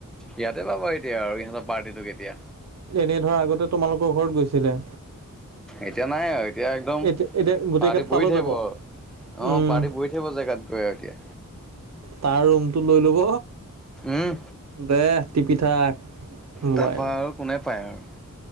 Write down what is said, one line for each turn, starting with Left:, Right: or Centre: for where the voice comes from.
Centre: ইয়াতে পাবা এতিয়া আৰু ইহঁতৰ পাৰ্টিটো কেতিয়া।
Right: এনে ধৰা আগতে তোমালোকৰ ঘৰত গৈছিলে।
Centre: এতিয়া নাই আৰু এতিয়া একদম
Right: এতিয়া এতিয়া গোটেইকেইটা
Centre: পাৰ্টি
Right: তালৈ
Centre: বহি থাকিব।
Right: যাব
Centre: অ'
Right: উম,
Centre: পাৰ্টি বহি থাকিব জেগাত গৈ একে।
Right: তাৰ ৰুমটো লৈ ল'ব
Centre: উম
Right: দে টিপি থাক মোবাইল।
Centre: তাৰপা আৰু কোনে পায় আৰু।